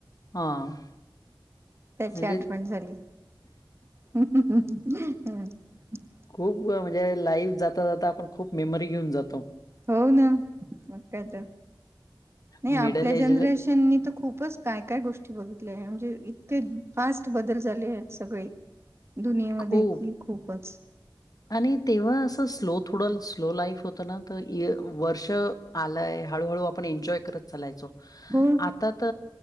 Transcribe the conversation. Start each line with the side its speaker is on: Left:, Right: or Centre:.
Left: हां.
Right: त्याची
Left: म्हणजे
Right: आठवण झाली. हम् <unintelligible>
Left: खूप व म्हणजे, लाईव्ह जाता - जाता आपण, खूप मेमरी घेऊन जातो.
Right: हो, ना. मग काय तर. नाही
Left: मिडल
Right: आपल्या
Left: एज
Right: जनरेशननी तर, खूपचं काय- काय गोष्टी बघितल्या. म्हणजे, इतके फास्ट बदल झालेयत सगळे दुनियेमध्ये,
Left: खूप
Right: ही खूपच.
Left: आणि तेव्हा असं, स्लो थोडं स्लो लाईफ होतं ना. तर ए वर्ष आलय. हळूहळू आपण एन्जॉय करत चालायचो.
Right: हो
Left: आता त